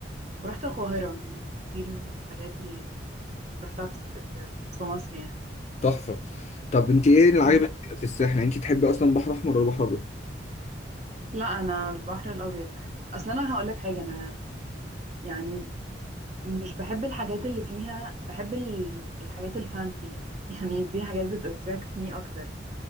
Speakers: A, on the right; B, on the left.
A: ورحت القاهرة يعني دي الحاجات اللي رحتها في س- في في مصر يعني
B: تحفة طب انت ايه اللي عاجبك
A: مم.
B: في الساحل يعني انت تحبي اصلا بحر احمر ولا بحر ابيض
A: لا أنا البحر الأبيض أصلا أنا هقولك حاجة أنا يعني مش بحب الحاجات اللي فيها بحب ال- الحاجات الفانسي <laughs> يعني دي حاجات بتأتراكت مي أكتر